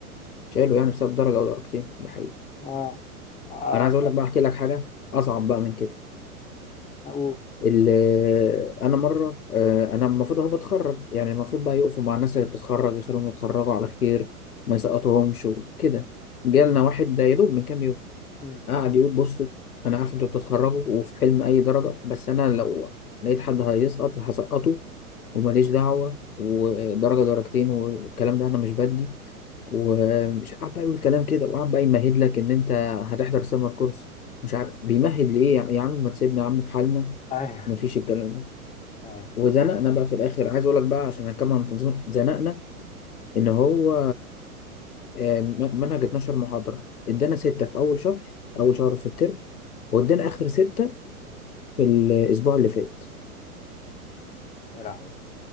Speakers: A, on the left; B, on the left.
A: شالوا يعني بسبب درجة أو درجتين دي حقيقة
B: اه اه
A: أنا عايز أقول لك بقى أحكي لك حاجة أصعب بقى من كده
B: أوه.
A: ال- آه، انا مره آه، انا المفروض اهو بتخرج يعني المفروض بقى يقفوا مع الناس اللي بتتخرج يخليهم يتخرجوا على خير ما يسقطهمش وكده جالنا واحد ده يا دوب من كام يوم
B: مم.
A: قعد يقول بصوا انا عارف انتوا بتتخرجوا وفي حلم اي درجه بس انا لو لقيت حد هيسقط هسقطه وماليش دعوه ودرجه درجتين والكلام ده انا مش بدي ومش قاعد بقى يقول كلام كده وقاعد بقى يمهد لك ان انت هتحضر سمر كورس مش عارف بيمهد ليه يا يا عم ما تسيبنا يا عم في حالنا
B: ايوه
A: مفيش الكلام ده
B: ايوه
A: وزنقنا بقى في الاخر عايز اقول لك بقى عشان هنكمل عن تنظيم زنقنا ان هو آه، م- منهج 12 محاضره ادانا سته في اول شهر اول شهر في الترم وادانا
B: مم.
A: اخر سته في الاسبوع اللي فات
B: يا لهوي